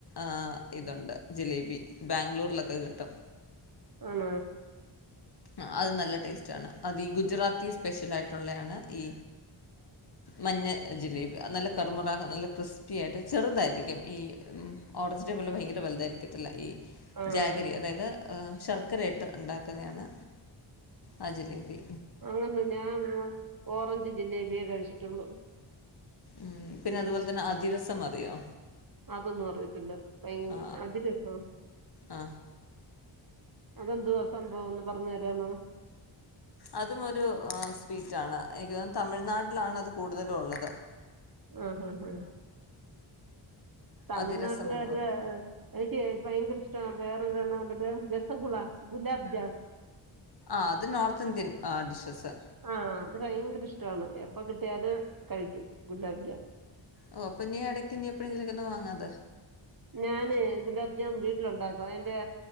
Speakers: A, on the left; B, on the right.
A: ആഹ് ഇതുണ്ട് ജിലേബി ബാംഗ്ലൂർലൊക്കെ കിട്ടും
B: ആണ
A: ആഹ് അത് നല്ല ടേസ്റ്റ് ആണ് അത് ഈ ഗുജറാത്തി സ്പെഷ്യലായിട്ടുള്ളയാണ് ഈ മഞ്ഞ ജിലേബി അത് നല്ല കറ്മുറ നല്ല ക്രിസ്പി ആയിട്ട് ചെറുതായിരിക്കും ഈ ഓറഞ്ചിനെ പോലെ ഭയങ്കര വലുതായിരിക്കത്തില്ല ഈ
B: ആ
A: ജാഗരി അതായത് ശർക്കരയിട്ട് ഉണ്ടാക്കുന്നയാണ് ആഹ് ജിലേബി
B: അങ്ങന്ന് ഞാനെന്നാ ഓറഞ്ച് ജിലേബിയേ കഴിച്ചിട്ടൊള്ളു
A: മ് പിന്നെ അതുപോലെ തന്നെ അതിരസം അറിയോ?
B: അതൊന്നും അറിയത്തില്ല ഭയ
A: ആ
B: അതിരസോ?
A: ആ
B: അതെന്തുവാ സംഭവം ഒന്ന് പറഞ്ഞു തരാമോ?
A: അതുമൊരു സ്വീറ്റാണ് എനിക്ക് തോന്ന്ന്ന് തമിഴ്നാട്ടിലാണ് അത് കൂടുതലും ഉള്ളത്
B: മ്ഹ്ഹ് ഹ് തമിഴ്നാട്ട്കാര്ടെ
A: അതിരസം എന്ന് പറയും
B: എനിക്ക് ഭയങ്കര ഇഷ്ട വേറൊരെണ്ണം ഉണ്ടല്ലോ? രസഗുള, ഗുലാബ് ജാം
A: ആഹ് അത് നോർത്ത് ഇന്ത്യൻ ഡിഷസ്
B: ആഹ് അത് ഭയങ്കര ഇഷ്ടവാണ് എപ്പ കിട്ടിയാലും കഴിക്കും ഗുലാബ്ജ
A: ഓ അപ്പൊ നീ ഇടയ്ക്ക് എനി എപ്പോഴെങ്കിലിരിന്ന് വാങ്ങാത്
B: ഞാന് ഗുലാംജാം വീട്ടിലുണ്ടാക്കും അയിന്റെ